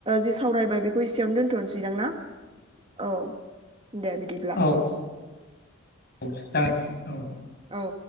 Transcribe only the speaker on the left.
औ औ जागोन औ